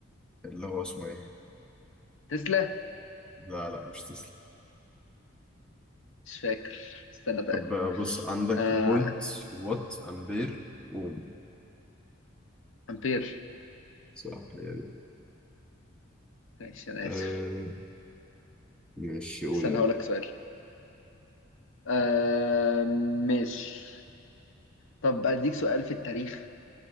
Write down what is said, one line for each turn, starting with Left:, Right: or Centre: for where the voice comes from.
Centre: اللي هو اسمه ايه
Left: تسلا
Centre: لا لا مش تسلا
Left: مش فاكر استنى طيب
Centre: طب آه، بص عندك
Left: آه...
Centre: فولت وات امبير قول
Left: امبير
Centre: صح هي دي
Left: ماشي انا
Centre: آه
Left: اسف
Centre: ماشي قول
Left: استنى
Centre: يلا
Left: هقول لك سؤال آه... ماشي طب اديك سؤال في التاريخ